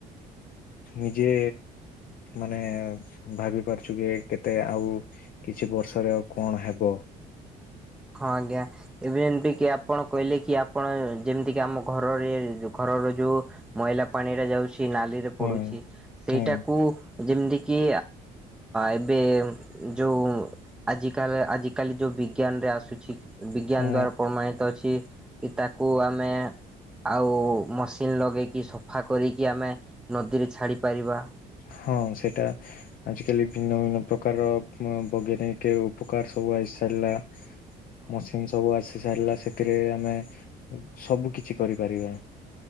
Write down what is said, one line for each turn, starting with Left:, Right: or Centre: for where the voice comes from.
Left: ନିଜେ ମାନେ ଭାବି ପାରୁଛୁ କି କେତେ ଆଉ କିଛି ବର୍ଷରେ ଆଉ କଣ ହେବ?
Centre: ହଁ ଆଜ୍ଞା ଏବେ ଯେମତି କି ଆପଣ କହିଲେ କି ଆପଣ ଯେମିତି କି ଆମ ଘରରେ ଘରର ଯୋଉ ମଇଲା ପାଣି ଟା ଯାଉଛି ନାଲିରେ ପଡୁଛି
Left: ହୁଁ
Centre: ସେଇଟାକୁ
Left: ହୁଁ
Centre: ଯେମିତି କିି ଏବେ ଯୋଉ ଆଜିକାଲି ଆଜିକାଲି ଯୋଉ ବିଜ୍ଞାନ ରେ ଆସୁଛି ବିଜ୍ଞାନ
Left: ହୁଁ
Centre: ଦ୍ଵାରା ପ୍ରମାଣିତ ଅଛି। କି ତାକୁ ଆମେ ଆଉ ମସିନ୍ ଲଗେଇକି ସଫା କରିକି ଆମେ ନଦୀରେ ଛାଡ଼ିପାରିବା।
Left: ହଁ ସେଇଟା ଆଜିକାଲି ଭିନ୍ନ ଭିନ୍ନ ପ୍ରକାର ବୈଜ୍ଞାନିକ ଉପକାର ସବୁ ଆସି ଚାଲିଲା। ହଁ ମସିନ୍ ସବୁ ଆସି ସାରିଲା ସେଥିରେ ଆମେ ସବୁ କିଛି କରିପାରିବା।